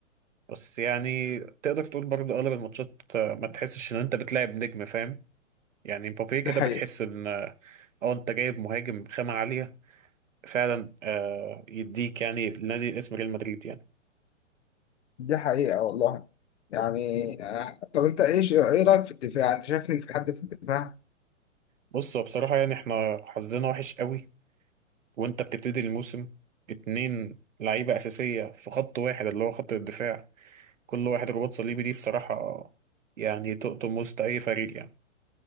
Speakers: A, on the right; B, on the left.
A: بس يعني تقدر تقول برضه أغلب الماتشات آه، ما تحسش إن أنت بتلعب نجم فاهم يعني مبابي كده
B: دي حقيقة
A: بتحس إن اه آه، أنت جايب مهاجم خامة عالية فعلا آه يديك يعني لنادي اسم ريال مدريد يعني
B: دي حقيقة والله يعني آه، طب انت ايش ايه رأيك في الدفاع انت شايفني في حد في الدفاع
A: بص هو بصراحة يعني احنا حظنا وحش قوي وأنت بتبتدي الموسم اتنين لعيبة أساسية في خط واحد اللي هو خط الدفاع كل واحد رباط صليبي دي بصراحة يعني تقطم وسط أي فريق يعني